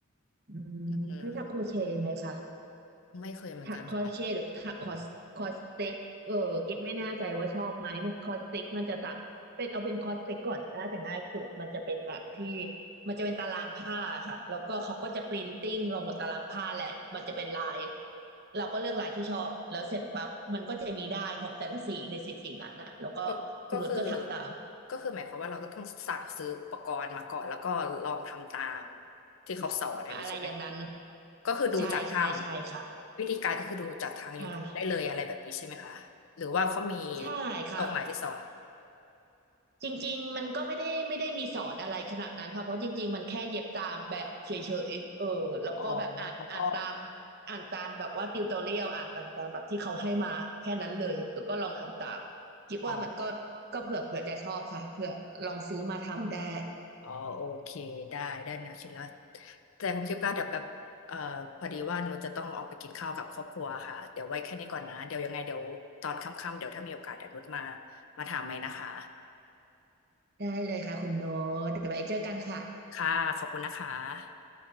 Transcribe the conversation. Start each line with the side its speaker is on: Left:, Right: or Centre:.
Right: อืมเคยทักโครเชต์ไหมคะ
Left: อืมไม่เคยเหมือนกันค่ะ
Right: ถักคอรเชตหรือถักคอสคอสเต็กเออกิ๊บไม่แน่ใจว่าชอบไหมมันคอสเต็กมันจะตักเป็นเอาเป็นคอสเต็กก่อนน่าจะง่ายสุดมันจะเป็นแบบที่มันจะเป็นตารางผ้าค่ะแล้วก็เขาก็จะปรินติ้งลงบนตารางผ้าแหละมันจะเป็นลายเราก็เลือกลายที่ชอบแล้วเสร็จปั๊บมันก็จะมีได้ายของแต่ละสีในสีสิ่งนั้นอะแล้วก็คุณนุชก็ถักตาม
Left: ก็ก็คือก็คือหมายความว่าเราก็ต้องสั่งซื้ออุปกรณ์มาก่อนแล้วก็ลองทำตามที่เขาสอนอันนี้ใช่ไหม
Right: อะไรอย่างนั้น
Left: ก็คือดูจากทาง
Right: ใช่ใช่ใช่ค่ะ
Left: วิธีการก็คือดูจากทาง
Right: ค่ะ
Left: YouTube ได้เลยอะไรแบบนี้ใช่ไหมคะ หรือว่าเขามี
Right: ใช่ครับ
Left: ตรงไหนที่สอน
Right: จริงๆ มันก็ไม่ได้ไม่ได้มีสอนอะไรขนาดนั้นค่ะเพราะจริงๆ มันแค่เย็บตามแบบเฉยๆเออแล้วก็แบบอ่านอ่านตาม
Left: อ๋ออ
Right: อ่านตามแบบว่าติวตอเรียลอ่านตามตามแบบที่เขาให้มาแค่นั้นเลยแล้วก็ลองทำตามคิดว่ามันก็ก็เผื่อเผื่อจะชอบค่ะเผื่อลองซื้อมาทำได้
Left: ๋ออ๋อโอเคได้ได้แนวคิดแล้ว แต่คุณทิพย์ก็เดี๋ยวแบบเอ่อพอดีว่าหนูจะต้องออกไปกินข้าวกับครอบครัวค่ะ เดี๋ยวไว้แค่นี้ก่อนนะ เดี๋ยวยังไงเดี๋ยวตอนค่ำๆเดี๋ยวถ้ามีโอกาสเดี๋ยวนุชมา มาถามใหม่นะคะ
Right: ได้เลยค่ะคุณโนตเดี๋ยวไว้เจอกันค่ะ
Left: ค่ะขอบคุณนะคะ